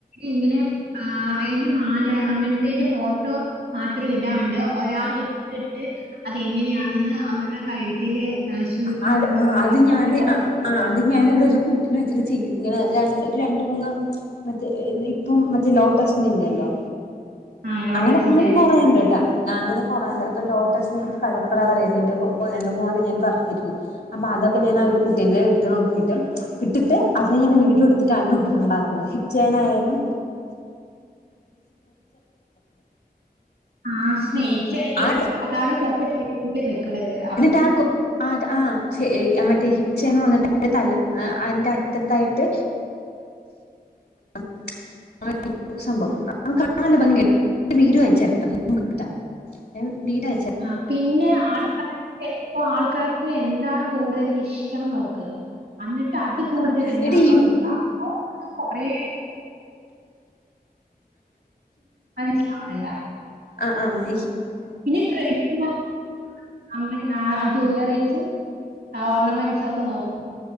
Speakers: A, on the right; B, on the left.
A: ഇങ്ങനെ ആ അയിന് മാല അങ്ങൻത്തെയ്ന്റെ ഫോട്ടോ മാത്രം ഇടാണ്ട് ഒരാൾ ഇട്ടിട്ട് അതെങ്ങനെയാണെന്ന് അവരുടെ കഴുത്തില് ആഹ് സ്യൂട്ടാവുന്നെന്നുള്ള
B: അ അത് അത് ഞാന്
A: അങ്ങനത്തെ
B: അ
A: ഫോട്ടോ
B: ആ
A: ഇട്.
B: അത് ഞാൻ ഇവിടെ ഒരു കുട്ടീനെ വെച്ചിട്ട് ചെയ് ങ്ങനെ ഒരു രണ്ട മൂന്ന് മറ്റേ ഇപ്പം മറ്റേ ലോട്ടസ്റ്റന്റെല്ലോ.
A: ആഹ് ലോട്ടസിന്റെ.
B: അങ്ങനെ <unintelligible> കൊറേണ്ട്ട്ടാ അങ്ങനെ കൊറേണ്ട് പ്പൊ ലോട്ടസിന്റെ കളവ കളറായിരുന്നു എന്റെ പൊ രണ്ടുമൂണ്ണം ഞാൻ പറത്തിരുന്നു അപ്പൊ അതൊക്കെ ഞാൻ ആ ഒരു കുട്ടിന്റെ ഇട്ട് നോക്കിട്ട് ഇട്ടിട്ട് അത് ഞാൻ വീഡിയോ എടുത്തിട്ടാണ് ഇട്ടിട്ടുണ്ടായിരുന്നത് ചെനായാലും
A: ആഹ് സ്നേക്ക് ചൈൻ
B: ആഹ്
A: അതാണ് <unintelligible> ല് നിക്ക്ണത് അ
B: എന്നിട്ടാക്കു ആത ആ മറ്റേ ഹിപ്ചെയിൻ വന്നിട്ട് തല അതിന്റെ അറ്റത്തായിട്ട് <unintelligible> <inaudible> സംഭവം <inaudible> ഭംഗിയ വീഡിയോ <inaudible> വീടായ <inaudible>
A: ആ പിന്നെ ആൾക്കാ ഇപ്പൊ ആൾക്കാർക്ക് എന്താണ് കൂടുതൽ ഇഷ്ടം നോക്ക് അന്നിട്ട് അത് കൂടുതല്ണ്ടാക്കാ
B: ആ എടീ ഈ
A: നോക്ക അപ്പൊ അത്‌ കൊറേ മനസ്സിലാവണണ്ട്.
B: ആഹ് ആഹ്
A: <inaudible> <unintelligible> അങ്ങനെ ആ ആ ജുല്ലറീസും ആ ഓർണമെന്റ്സും ഒക്കെ നോക്കി